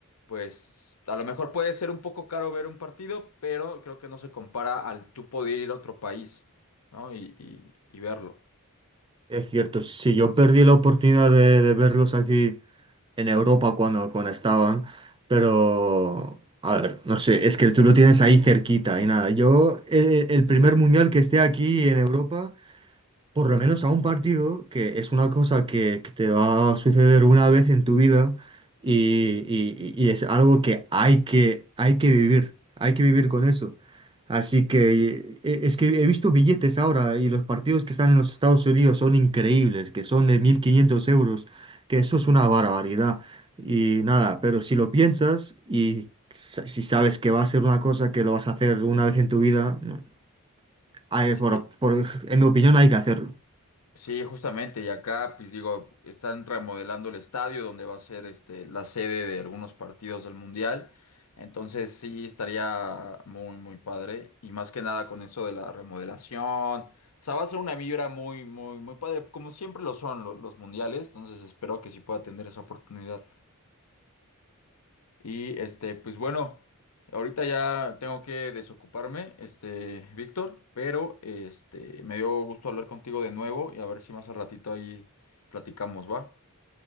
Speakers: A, on the left; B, on the right.
A: pues a lo mejor puede ser un poco caro ver un partido, pero creo que no se compara al tú poder ir a otro país, ¿no? Y, y- y verlo.
B: Es cierto, si yo perdí la oportunidad de, de verlos aquí en Europa cuando, cuando estaban, pero a ver, no sé, es que tú lo tienes ahí cerquita y nada, yo eh, el primer
A: Sí,
B: mundial que esté aquí en Europa por lo menos a un partido, que es una cosa que, que te va a suceder una vez en tu vida y, y- y es algo que hay que, hay que vivir, hay que vivir con eso. Así que eh, es que he visto billetes ahora y los partidos que están en los Estados Unidos son increíbles, que son de mil quinientos euros, que eso es una barbaridad. Y nada, pero si lo piensas y sa- si sabes que va a ser una cosa que lo vas a hacer una vez en tu vida, no, hay-
A: sí,
B: por- por- en mi opinión hay que hacerlo.
A: sí, justamente. Y acá, pues digo, están remodelando el estadio donde va a ser este, la sede de algunos partidos del Mundial. Entonces sí estaría muy, muy padre. Y más que nada con eso de la remodelación. O sea, va a ser una vibra muy, muy, muy padre, como siempre lo son lo- los mundiales. Entonces espero que sí pueda tener esa oportunidad. Y este, pues bueno, ahorita ya tengo que desocuparme, este, Víctor, pero este, me dio gusto hablar contigo de nuevo y a ver si más al ratito ahí platicamos, ¿va?